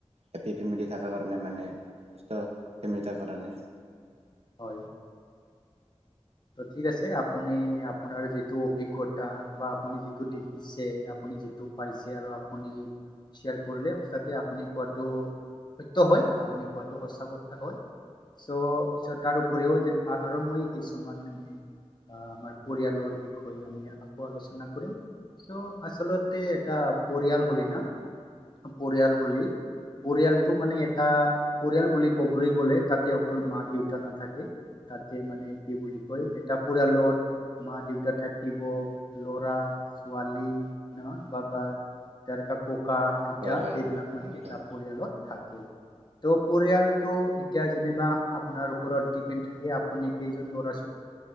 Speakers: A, on the right; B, on the left.
A: হেপ্পী ফেমিলি থকাৰ কাৰণে মানে সুস্থ ফেমিলি থাৰ কাৰণে।
B: হয়। ঠিক আছে আপুনি আপোনাৰ যিটো অভিজ্ঞতা। বা আপুনি যিটো দেখিছে। আপ যিটো পাইছে আৰু আপুনি শ্বেয়াৰ কৰিলে সচে আপুনি কোৱাটো। সত্য হয় আপুনি কোৱাটো সঁচা কথা হয় তত। তাৰ উপৰিও যে আৰু মই কিছুমান ন। আহ আমাৰ পৰিয়ালৰ বিষয়ে আমি আকৌ আলোচনা কৰিম। চ' আচলতে এটা পৰিয়াল হলি না পৰিয়াল হলি। পৰিয়ালটো মানে এটা পৰিয়াল বুলি ক'বলৈ গ'লে তাতে অকল মা দেউতা। ঘ নাথাকে তাতে মানে কি বুলি কয় এটা পৰিয়ালত। মা দেউতা থাকিব ল'ৰা ছোৱালী না বাপাৰ। তাৰকা ককা আইতা
A: হয় হয়
B: এইবিলাক মানে
A: হয়
B: এটা
A: হয়
B: পৰিয়ালত। থাক ত' পৰিয়ালটো এতিয়া যেনিবা আপোনাৰ। ওপৰতপে টিফিন থাকে আপুনি কেইজন ল'ৰা